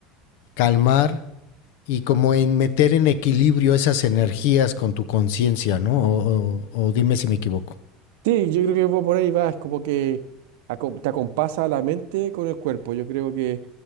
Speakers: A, on the left; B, on the right.
A: calmar, y como en meter en equilibrio esas energías con tu conciencia, ¿no? O, o, o, dime si me equivoco.
B: Sí, yo creo que va por ahí va, es como que aco- te acompasa la mente con el cuerpo. Yo creo que